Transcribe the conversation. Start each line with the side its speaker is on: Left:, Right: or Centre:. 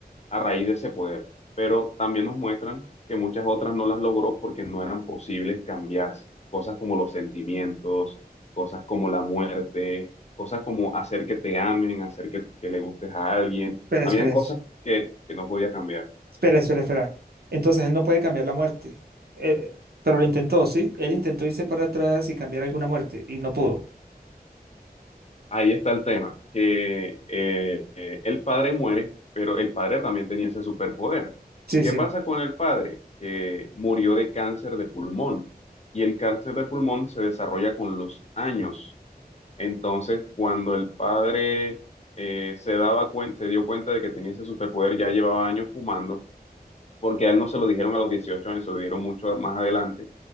Left: a raíz de ese poder, pero también nos muestran que muchas otras no las logró porque no eran posibles cambiarse, cosas como los sentimientos, cosas como la muerte, cosas como hacer que te amen, hacer que, que le gustes a alguien,
Right: espera,
Left: habían
Right: espera.
Left: cosas que, que no podía cambiar.
Right: Espera, espera, espera. Entonces él no puede cambiar la muerte. Eh, pero lo intentó, ¿sí? Él intentó irse para atrás y cambiar alguna muerte y no pudo.
Left: Ahí está el tema, que eh, eh, el padre muere, pero el padre también tenía ese superpoder.
Right: Sí,
Left: ¿Y qué
Right: sí.
Left: pasa con el padre? Que murió de cáncer de pulmón y el cáncer de pulmón se desarrolla con los años. Entonces, cuando el padre eh, se daba cuen- se dio cuenta de que tenía ese superpoder, ya llevaba años fumando porque a él no se lo dijeron a los 18 años, se lo dieron mucho más adelante,